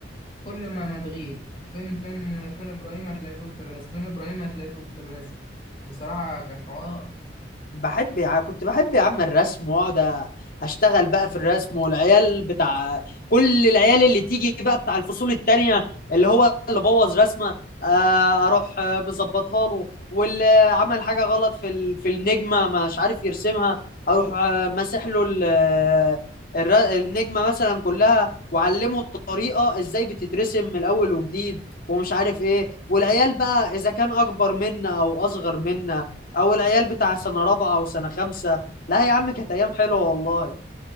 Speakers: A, on the left; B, on the left.
A: كل ما ما تغيب فين فين فين إبراهيم هتلاقيه في أوضة الرسم فين إبراهيم هتلاقيه في أوضة الرسم بصراحة كان حوار
B: بحب يا ع- كنت بحب يا عم الرسم واقعد أ- اشتغل بقى في الرسم والعيال بتاع كل العيال اللي تيجي بقى بتاع الفصول التانية اللي هو اللي بوظ رسمة آه، اروح آه، مظبطها له واللي عمل حاجة غلط في ال- في النجمة مش عارف يرسمها اروح آه، ماسح له ال- آه، الر- النجمة مثلا كلها وعلمه الطريقة ازاي بتترسم من الاول وجديد ومش عارف ايه والعيال بقى اذا كان اكبر منا او اصغر منا او العيال بتاع سنه رابعه او سنه خمسه لا يا عم كانت ايام حلوه والله